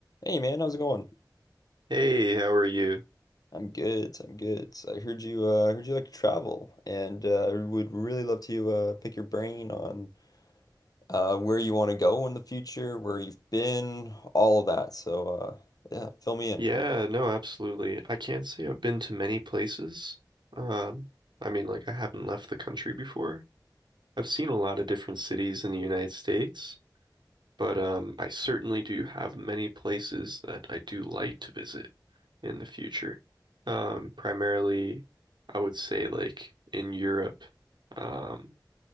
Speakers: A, on the left (about 55°); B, on the right (about 80°).
A: Hey man, how's it going?
B: Hey, how are you?
A: I'm good. I'm good. So I heard you uh heard you like to travel and uh would really love to uh pick your brain on uh where you want to go in the future, where you've been, all of that. So uh yeah, fill me in.
B: Yeah, no, absolutely. I can't say I've been to many places. Um, I mean, like I haven't left the country before. I've seen a lot of different cities in the United States, but um, I certainly do have many places that I do like to visit in the future. Um, primarily, I would say like in Europe, um,